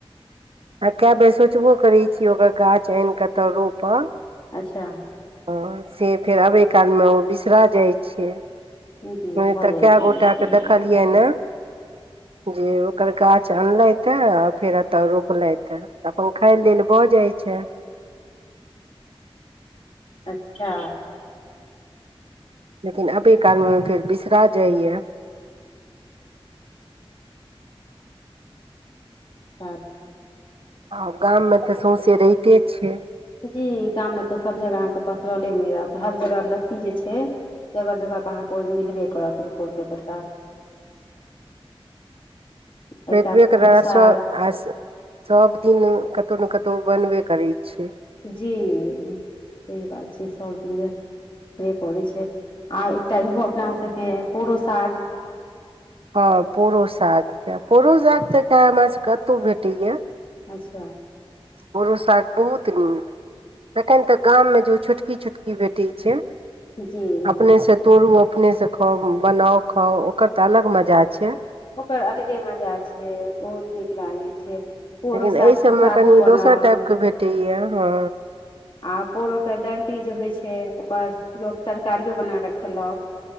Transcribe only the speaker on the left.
अच्छा
जी
भऽ
जाइ
छै लेकिन
अच्छा
अच्छा
जी गामं तऽ सब जगह अहाँके पसरले मिलत हर जगह लत्ती जे छै जगह जगह पर अहाँ को मिलबे करथि तिलकोर के पत्ता एकटा
साग
जी सही बात छै सब दिन के करै छै आ एकटा इहो अपना सबके पोरो साल
अच्छा
जी
ओकर अलगे मजा छै बहुत नीक लागैय छै पोरो
सागके
सागो
बनल
आ पोरोके डणटी जे होइ छै ओकर लोक तरकारियो बना कऽ खेलक